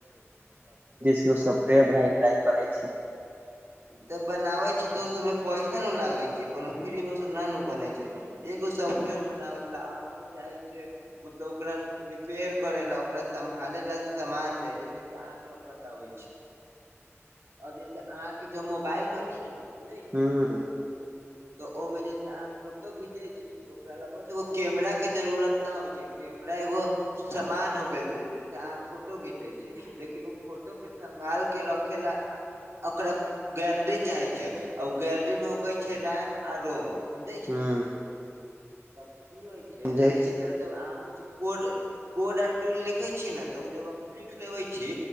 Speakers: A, on the right (about 45°); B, on the right (about 65°).
A: के सोफ्टवेयर बना के ट्राइ करे छै।
B: तऽ बनाबे छी, तऽ ओ सबमें पैसा न लागे छै, कोनो फ्री मे ओ सब ना बनै छै। एगो सॉफ्टवेयर बनाबै लऽ अहाँके चाहै छै, मतलब ओकरा रिपेयर करै लए, ओकरा सम्भालै लए समान चाही, जैसे अहाँके अब बताबै छी। अब जैसे अहाँ के जो मोबाइल होइ छै ने, समझे
A: हूऽ।
B: तऽ ओहिमें जे छै, अहाँ फोटो घीचे छी। ओकरा लग एगो कैमरा के जरूुरत ना होइ छै कैमरा एगो सामान हो गेल छै, जैसे अहाँ फोटो घीचे छीयै लेकिन ओ फोटो के सम्भाल के रखे ला ओक गैलरी चाहे छै, ओ गैलरी मे होकै छै, रैम, आ रोम, समझे छी
A: हूँ
B: ने तब की होइ छै,
A: समझै
B: तऽ इसी
A: छी
B: तरह जब अहाँ कुछु कोड -कोड आ टूल लिखै छी ने, तऽ ओ जब लिख लेबै छी।